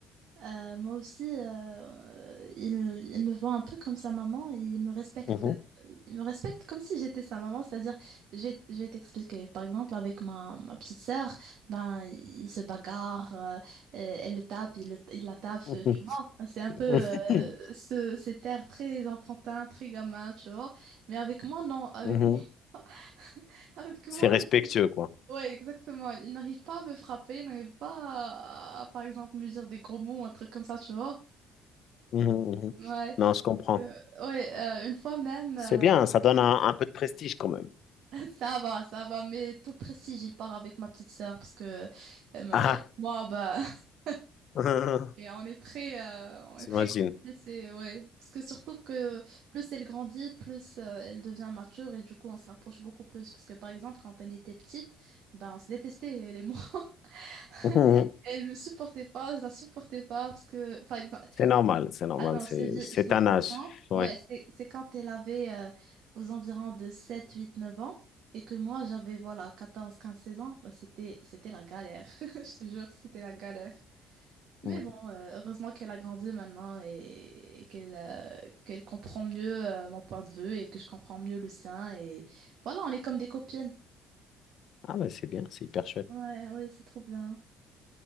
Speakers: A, on the right; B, on the left.
A: Euh, moi aussi, euh, il, il me voit un peu comme sa maman et il me respecte,
B: Mhm.
A: il me respecte comme si j'étais sa maman. C'est-à-dire, je vais, je vais t'expliquer. Par exemple, avec ma, ma petite sœur, ben, il se bagarre, euh, euh, elle le tape, il, le- il la tape,
B: Mhm.
A: euh, tu vois. C'est un
B: <laughs>
A: peu euh, ce, cet air très enfantin, très gamin, tu vois. Mais avec moi, non. Avec
B: Mhm.
A: <laughs> moi, avec
B: C'est
A: moi.
B: respectueux, quoi.
A: Ouais, exactement. Il n'arrive pas à me frapper, il n'arrive pas à, à, par exemple, me dire des gros mots, un truc comme ça, tu vois.
B: Mhm, mhm.
A: Ouais,
B: Non, je comprends.
A: Euh, ouais. euh, une fois même, euh,
B: C'est bien, ça donne un, un peu de prestige quand même.
A: <laughs> ça va, ça va. Mais tout le prestige, il part avec ma petite sœur parce que euh, moi,
B: Ah,
A: moi, bah, <laughs>
B: <laughs>
A: et on est très, euh, on est
B: j'imagine.
A: très complices, ouais. Parce que surtout que plus elle grandit, plus euh, elle devient mature et du coup, on se rapproche beaucoup plus. Parce que par exemple, quand elle était petite, ben, on se détestait, elle et moi. <laughs>
B: Mhm.
A: Elle me supportait pas, je la supportais pas parce que, par exemple,
B: C'est normal, c'est normal,
A: Attends,
B: c'est
A: je te dis,
B: c'est
A: je te dis
B: un âge.
A: quand?
B: Ouais.
A: Ouais, c'est, c'est quand elle avait euh, aux environs de 7, 8, 9 ans et que moi j'avais voilà 14, 15, 16 ans, bah, c'était, c'était la galère. <laughs> Je te jure, c'était la galère. Mais
B: Mhm.
A: bon, euh, heureusement qu'elle a grandi maintenant et, et qu'elle euh, qu'elle comprend mieux euh, mon point de vue et que je comprends mieux le sien. Et voilà, on est comme des copines.
B: Ah, mais c'est bien, c'est hyper chouette.
A: Ouais, ouais, c'est trop bien.